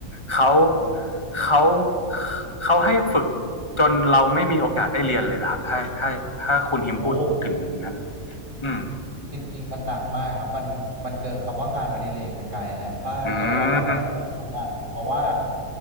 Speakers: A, on the left; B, on the right.
A: เขา
B: ใช่ครับ
A: เขาเขาให้ฝึกจนเราไม่มีโอกาสได้เรียนเลยเหรอครับถ้าถ้าถ้าคุณฮิมพูดถึงอย่างนั้น
B: โอ้
A: อืม
B: จริงๆมันหนักมากครับมันมันเกินคำว่างานอดิเรกไปไกลแล้วถ้าเราย้อนกลับไปสมัยนั้นอะเพราะว่า
A: อืม